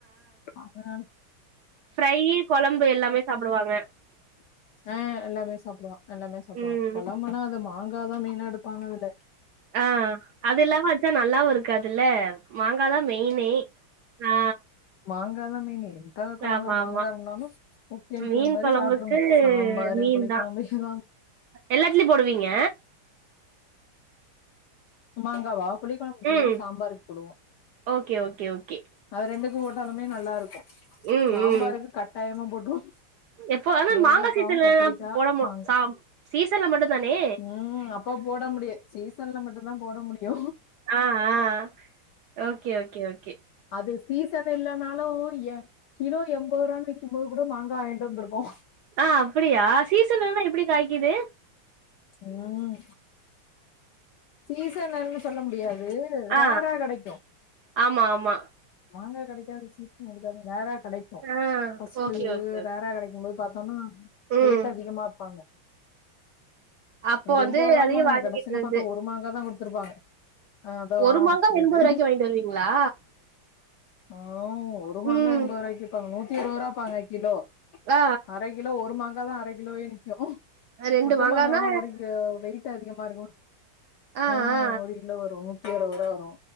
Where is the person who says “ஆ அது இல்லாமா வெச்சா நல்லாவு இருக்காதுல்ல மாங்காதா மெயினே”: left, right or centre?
Right